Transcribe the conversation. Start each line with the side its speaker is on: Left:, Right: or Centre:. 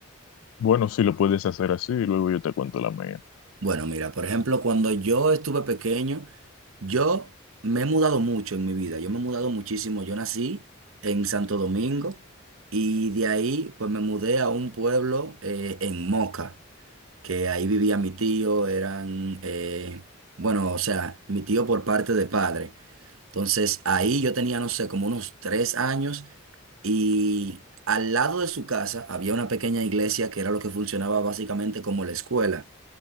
Left: Bueno, si lo puedes hacer así, y luego yo te cuento la mía.
Right: Bueno, mira, por ejemplo, cuando yo estuve pequeño, Yo me he mudado mucho en mi vida, yo me he mudado muchísimo. Yo nací en Santo Domingo y de ahí pues me mudé a un pueblo eh, en Moca, que ahí vivía mi tío, eran, eh, bueno, o sea, mi tío por parte de padre. Entonces ahí yo tenía, no sé, como unos tres años y al lado de su casa había una pequeña iglesia que era lo que funcionaba básicamente como la escuela.